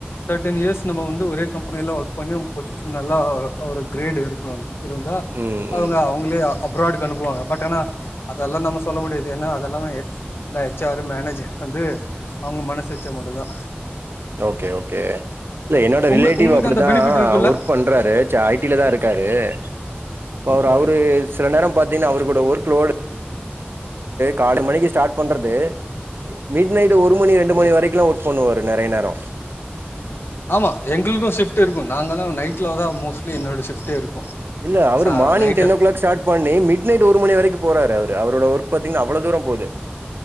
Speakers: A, on the left; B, on the right.
A: செர்ட்டன் இயர்ஸ் நம்ம வந்து ஒரே கம்பெனில ஒர்க் பண்ணி பொசிஷன் நல்லா ஒரு கிரேடு இருக்கணு இருந்தா
B: ம்,
A: அவுங்கா
B: ம்.
A: உள்ளே அப்ராடுக்கு அனுப்புவாங்க பட் ஆனா அதெல்லா நம்ம சொல்ல முடியாது யேன்னா அதெல்லா இதாச்சி கட்ச் ஆரு மேனேஜர் வந்து அவுங்க மனசு வச்சா மட்டுந்தா
B: ஓகே ஓகே யில்ல யென்னோட
A: உங்க
B: ரிலேட்டிவ்
A: உங்களுக்கு
B: அப்டிதா
A: அந்த பெனிஃபிட் இருக்குல்ல
B: ஒர்க் பண்றாரு ஐடில தாருக்காரு யிப்பவர்
A: ஓகே
B: அவரு செல நேரோ பாத்தீங்கன்னா அவரு கூட ஒர்க் லோடு காலைல மணிக்கு ஸ்டார்ட் பண்றது மிட் நைட்டு ஒரு மணி ரெண்டு
A: ஓகே
B: மணி வரைக்ல்லா ஒர்க் பண்ணுவாரு நெறய நேரோ
A: ஆமா எங்ளுக்கு ஷிஃப்ட் இருக்கு நாங்கலா நைட்லதா மோஸ்ட்லி என்னோட ஷிஃப்ட் இருக்கு
B: இல்ல அவரு
A: ச
B: morning
A: night
B: ten o'clock start பண்ணி மிட் நைட் ஒரு மணி வரைக்கு போறாரு அவரு அவரோட ஒர்க் பாத்தீங்ன்னா அவ்ளோ தூரோ போது